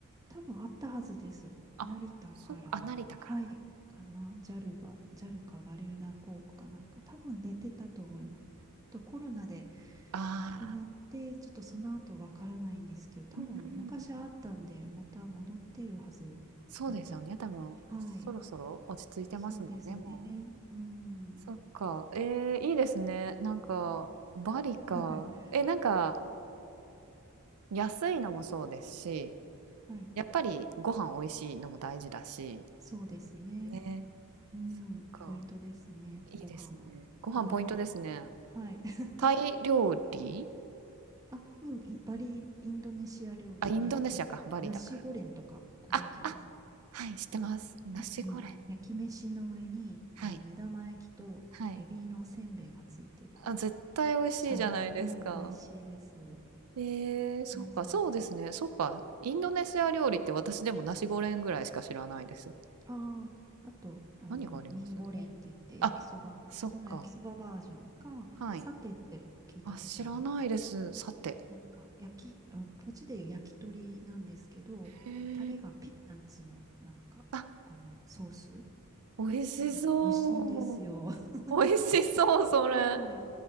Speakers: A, on the right; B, on the right.
A: 多分あったはずです。
B: あ、
A: 成田から、
B: そっか、あ、成田からか。
A: はい、かな。ジャルが、ジャルかガリューダ航空かなんか、多分出てたと思います。とコロナで
B: ああ、
A: なくなって、ちょっとその後わからないんですけど、多分昔あったんで、
B: うんうんうん。
A: また戻ってるはずだと。
B: そうですよね、多分。
A: はい。
B: そろそろ落ち着いてますもんね、
A: そうですね。
B: もう。
A: うん。
B: そっか。えー、いいですね。なんか、バリか。
A: <laughs>
B: え、なんか、安いのもそうですし、
A: はい。
B: やっぱりご飯美味しいのも大事だし。
A: そうですね。
B: ね。
A: うん。
B: そっか。
A: ポイントですね。
B: いいですね。
A: ご飯は。
B: ご飯ポイントですね。
A: はい。はい。<laughs>
B: タイ料理
A: あ、うん。いバリ、インドネシア料理で、
B: あ、インドネシアか。
A: なんか、
B: バリだから。
A: ナシゴレンとかご存知ですか
B: あ、あ、はい、知ってます。ナシゴレン。
A: うん。焼き飯の上に、
B: はい。
A: あの、目玉焼きとエビのおせんべいがついてる。
B: はい。あ、絶対美味しいじゃないですか。
A: チャーハン。うん。美味しいです。
B: えー、そっか、
A: そうそう。
B: そうですね。そっか、インドネシア料理って私でもナシゴレンぐらいしか知らないです。
A: ああ、あと、あの、
B: 何があります
A: ミーゴレンって言って焼きそば、
B: あ、そっか。
A: その焼きそばバージョンか、
B: はい。
A: サテって聞いたことあります
B: あ、知らないです。さて。
A: なんか、焼き、あのこっちでいう焼き鳥なんですけど、
B: へえ。
A: タレがピーナッツの、なんか、
B: あ、
A: あの、ソース
B: 美味しそう。
A: なんか美味しいんですよ。<laughs>
B: 美味しそう、それ。
A: はい。